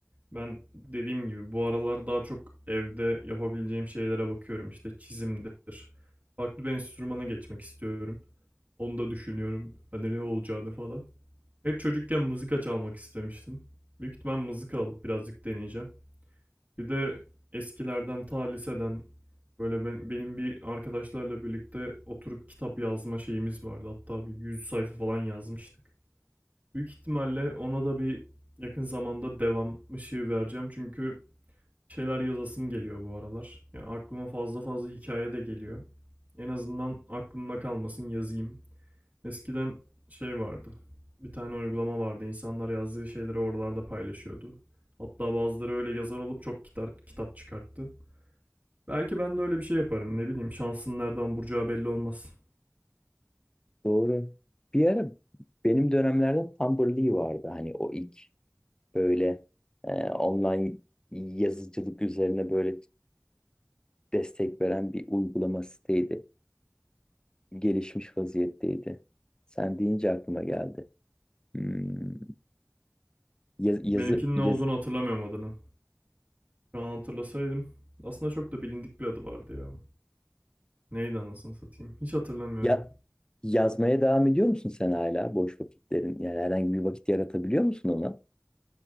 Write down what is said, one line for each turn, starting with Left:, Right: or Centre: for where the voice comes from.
Right: Ben dediğim gibi bu aralar daha çok evde yapabileceğim şeylere bakıyorum. İşte çizimdir. Farklı bir enstrümana geçmek istiyorum. Onu da düşünüyorum. Hani ne olacağını falan. Hep çocukken mızıka çalmak istemiştim. Büyük ihtimal mızıka alıp birazcık deneyeceğim. Bir de eskilerden ta liseden böyle ben, benim bir arkadaşlarla birlikte oturup kitap yazma şeyimiz vardı. Hatta bir 100 sayfa falan yazmıştık. Büyük ihtimalle ona da bir yakın zamanda devam ışığı vereceğim. Çünkü şeyler yazasım geliyor bu aralar. Ya aklıma fazla fazla hikaye de geliyor. En azından aklımda kalmasın yazayım. Eskiden şey vardı. Bir tane uygulama vardı. İnsanlar yazdığı şeyleri oralarda paylaşıyordu. Hatta bazıları öyle yazar olup çok kitap çıkarttı. Belki ben de öyle bir şey yaparım. Ne bileyim şansın nereden vuracağı belli olmaz.
Left: Doğru. Bir ara benim dönemlerde Tumblr Lee vardı. Hani o ilk böyle e, online yazıcılık üzerine böyle destek veren bir uygulama siteydi. Gelişmiş vaziyetteydi. Sen deyince aklıma geldi. Hmm, yaz- yazı
Right: Benimkinin
Left: yaz
Right: ne olduğunu hatırlamıyorum adını. Şu an hatırlasaydım. Aslında çok da bilindik bir adı vardı ya. Neydi anasını satayım. Hiç hatırlamıyorum.
Left: ya yazmaya devam ediyor musun sen hala boş vakitlerin? Yani herhangi bir vakit yaratabiliyor musun ona?